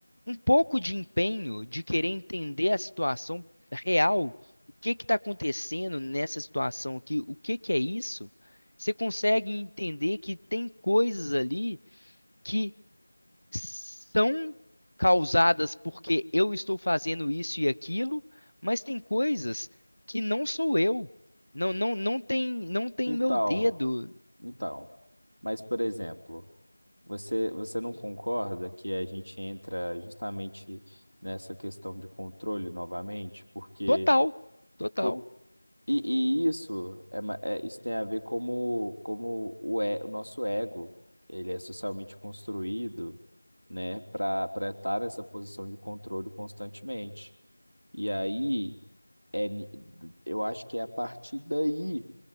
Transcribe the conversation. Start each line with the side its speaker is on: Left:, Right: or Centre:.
Left: um pouco de empenho de querer entender a situação real, o que que está acontecendo nessa situação aqui, o que que é isso, você consegue entender que tem coisas ali que são causadas porque eu estou fazendo isso e aquilo, mas tem coisas que não sou eu. Não, não, não tem, não tem
Right: Então,
Left: meu dedo.
Right: então, mas por exemplo, você você não concorda que a gente entra justamente nessa questão de controle novamente, porque
Left: Total, total.
Right: o- e, e isso é, ma- é- isso tem a ver como como o, e- o nosso ego, ele é socialmente construído, né, para para estar nessa posição de controle constantemente. E aí é, ni- eu acho que é a partir daí,